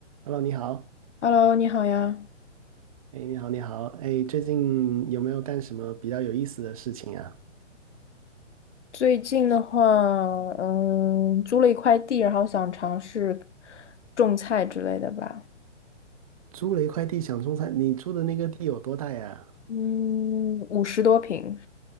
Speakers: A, on the right; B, on the left.
A: Hello，你好，
B: Hello，你好呀。
A: 哎，你好，你好，哎，最近有没有干什么比较有意思的事情啊？
B: 最近的话，嗯，租了一块地，然后想尝试种菜之类的吧。
A: 租了一块地想种菜，你租的那个地有多大呀？
B: 嗯，五十多平。